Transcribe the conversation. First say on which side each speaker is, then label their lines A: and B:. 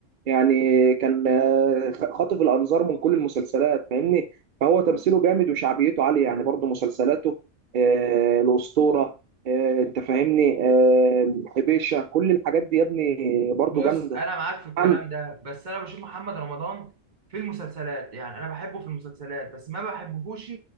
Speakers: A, on the right (about 60°); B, on the right (about 40°).
A: يعني كان آه، خاطف الانظار من كل المسلسلات فاهمني فهو تمثيله جامد وشعبيته عالية يعني برضه مسلسلاته آه، الأسطورة آه، أنت فاهمني آه، حبيشة كل الحاجات دي يا ابني برضه
B: بص
A: جامدة
B: انا معاك في الكلام
A: نعم،
B: ده بس انا بشوف محمد رمضان في المسلسلات يعني انا بحبه في المسلسلات بس ما بحبهوش